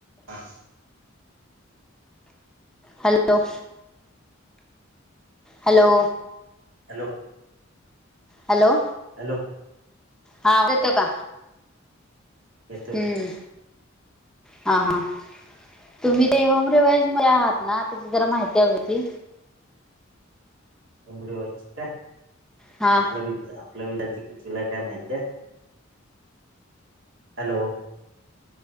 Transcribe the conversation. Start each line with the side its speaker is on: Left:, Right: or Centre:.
Right: हां
Centre: hello hello
Right: hello
Centre: hello
Right: hello
Centre: हा येतोय का
Right: येतोय
Centre: हम्म हा हा तुम्ही ते होम रिवाईज मध्ये आहात ना त्याची जरा माहिती हवी होती
Right: होम रिवाज ची काय
Centre: हा
Right: आपल्या विद्या आपला विद्यार्थी कितविला आहे काय माहती hi hello